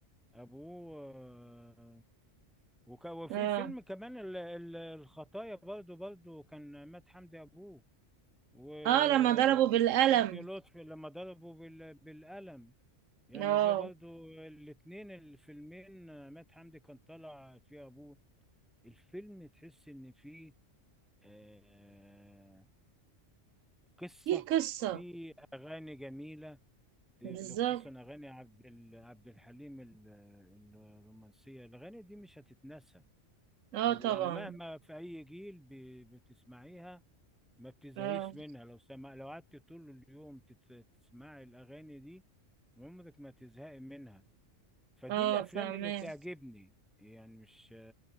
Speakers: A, in the centre; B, on the right.
A: أبوه آه، وك- وفي
B: اه
A: فيلم كمان ال- ال- الخطايا برضو برضو كان مات حمدي أبوه ونادية
B: اه لما ضربه بالقلم
A: لطفي لما ضربوا بال- بالقلم يعني
B: اه
A: ده برضو الاتنين الفيلمين مات حمدي كان طالع فيه أبوه الفيلم تحس إن فيه آه، قصة
B: دي قصة
A: فيه أغاني جميلة ال-
B: بالظبط
A: خصوصا أغاني عبد ال- عبد الحليم ال- الرومانسية الأغاني دي مش هتتنسى
B: اه
A: او
B: طبعا
A: يعني مهما في اي جيل ب- بتسمعيها ما بتزهقيش
B: اه
A: منها لو سمع لو قعدت طول اليوم تت- تسمعي الاغاني دي عمرك ما تزهقي منها فدي
B: اه
A: الافلام
B: فاهمة
A: اللي تعجبني يعني مش